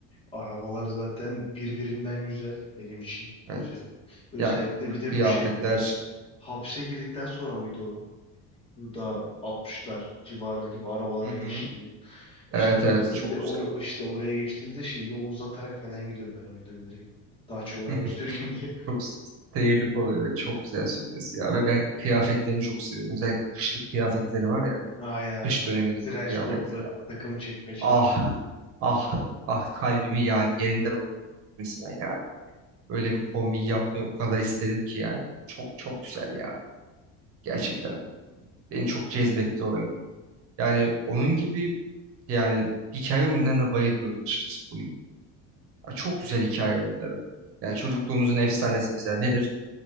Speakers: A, on the left; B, on the right.
A: Arabalar zaten birbirinden güzel benim için
B: evet.
A: özel. Özellikle
B: Yani
A: bir de
B: kıyafetler.
A: bu şey hapse girdikten sonra mıydı o? Burada altmışlar civarı gibi arabalara
B: Hı hı.
A: geçildi.
B: Evet
A: İşte
B: evet
A: bir
B: çok
A: de
B: güzel.
A: or işte oraya geçtiğimizde şey yolu uzatarak falan gidiyorum ben oyunda bilerek. Daha çok araba
B: <laughs>
A: süreyim diye.
B: Çok seyirlik oluyor. ve Çok güzel sürmesi ya. Ve ben kıyafetlerini çok seviyorum. Özellikle kışlık kıyafetleri var ya.
A: <laughs> Aynen
B: Kış
A: takım
B: dönemindeki
A: trench
B: o kıyafetleri.
A: coat'la takım çekmece.
B: Ah Ah ah kalbimi yani yerinden oynadım resmen yani. Öyle bir kombin yapmayı o kadar istedim ki yani. Çok çok güzel ya gerçekten. Beni çok cezbetti o oyun. Yani onun gibi yani hikaye oyunlarına bayılıyorum açıkçası bunun. Ya çok güzel hikaye oyunları. Yani çocukluğumuzun efsanesi mesela nedir?